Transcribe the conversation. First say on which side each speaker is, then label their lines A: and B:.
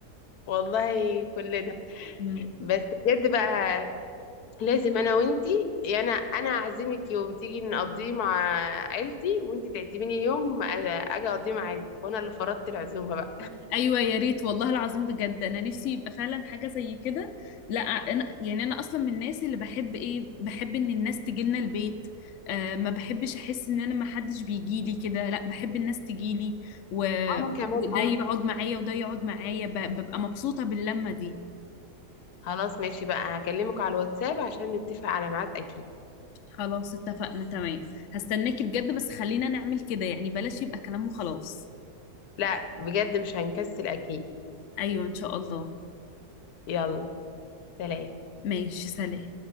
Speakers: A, on the left (about 75°); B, on the left (about 60°).
A: والله كلنا
B: مم.
A: بس بجد بقى لازم انا وانتي يا انا انا اعزمك يوم تيجي نقضيه مع عيلتي وانتي تعزميني يوم أ- اجي اقضيه مع عيلتي وانا اللي فرضت العزومه بقى
B: ايوه يا ريت والله العظيم بجد انا نفسي يبقى فعلا حاجه زي كده لا انا يعني انا اصلا من الناس اللي بحب ايه بحب ان الناس تجيلنا البيت آه ما بحبش احس ان انا ما حدش بيجي لي كده لا بحب الناس تجيلي و...
A: وانا كمان
B: وده
A: قوي
B: يقعد معايا وده يقعد معايا ب... ببقى مبسوطه باللمه دي
A: خلاص ماشي بقى هكلمك على الواتساب عشان نتفق على ميعاد اكيد
B: خلاص اتفقنا تمام هستناكي بجد بس خلينا نعمل كده يعني بلاش يبقى كلام وخلاص
A: لا بجد مش هنكسل اكيد
B: ايوه ان شاء الله
A: يلا سلام
B: ماشي سلام